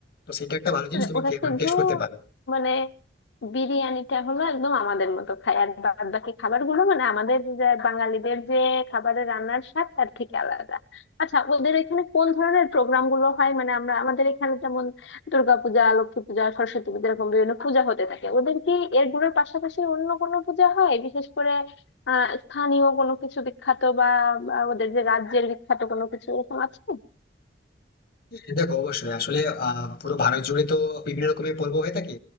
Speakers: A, on the left (about 55°); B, on the left (about 70°).
A: তো সেটা একটা ভালো জিনিস
B: মানে
A: তুমি
B: ওরা শুধু
A: টেস্ট করতে পারো
B: মানে বিরিয়ানিটা হলো একদম আমাদের মতো খায় আর বাদ বাকি খাবার গুলো মানে আমাদের যে বাঙালিদের যে খাবারের রান্নার স্বাদ তার থেকে আলাদা আচ্ছা ওদের এখানে কোন ধরনের প্রোগ্রাম গুলো হয় মানে আমরা আমাদের এখানে যেমন দুর্গাপূজা লক্ষ্মী পূজা সরস্বতী পূজা এরকম বিভিন্ন পূজা হতে থাকে ওদের কি এগুলোর পাশাপাশি অন্য কোনো পূজা হয় বিশেষ করে আহ স্থানীয় কোনো কিছু বিখ্যাত বা বা ওদের যে রাজ্যের বিখ্যাত কোনো কিছু এরকম আছে
A: হ্যাঁ, দেখো অবশ্যই আসলে আহ, পুরো ভারত জুড়ে তো বিভিন্ন রকমের পর্ব হয়ে থাকে